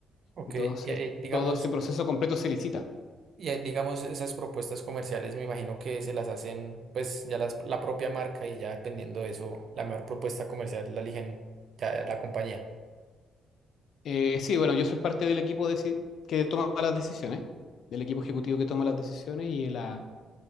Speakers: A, on the right; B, on the left.
A: Ok,
B: Entonces,
A: y, eh, digamos,
B: todo ese proceso completo se licita.
A: y, eh, digamos, esas propuestas comerciales me imagino que se las hacen, pues ya las, la propia marca y ya dependiendo de eso, la mejor propuesta comercial la eligen ya la compañía.
B: Eh, sí, bueno, yo soy parte del equipo de- que toma las decisiones, del equipo ejecutivo que toma las decisiones y la,